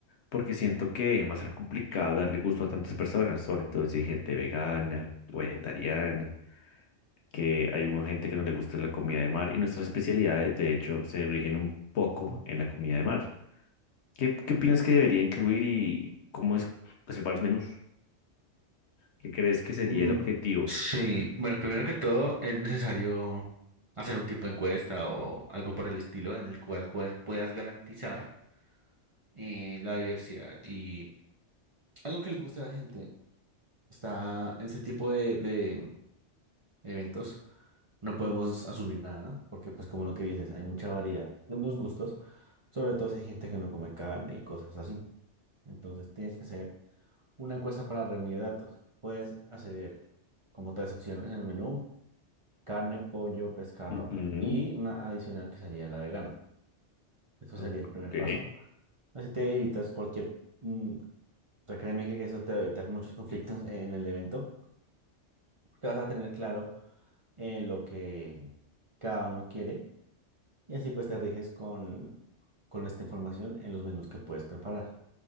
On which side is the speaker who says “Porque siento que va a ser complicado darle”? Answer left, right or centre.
Left